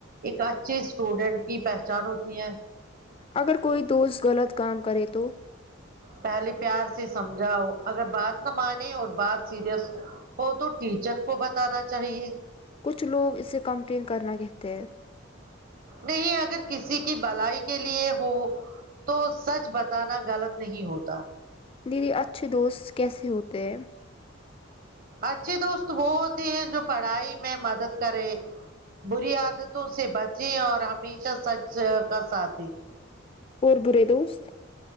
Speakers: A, on the right (about 45°); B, on the left (about 30°).
A: ایک اچھے اسٹوڈنٹ کی پہچان ہوتی ہے
B: اگر کوئی دوست غلط کام کرے تو
A: پہلے پیار سے سمجھاؤ اگر بات نہ مانے اور بات سیریس ہو تو ٹیچر کو بتانا چاہیے
B: کچھ لوگ اسے کمپلین کرنا کہتے ہیں
A: نہیں اگر کسی کی بلائی کے لیے ہو تو سچ بتانا غلط نہیں ہوتا
B: دیدی اچھے دوست کیسے ہوتے ہیں
A: اچھے دوست وہ ہوتے ہیں جو پڑھائی میں مدد کرے بری عادتوں سے بچیں اور ہمیشہ سچ کا ساتھ دیں
B: اور برے دوست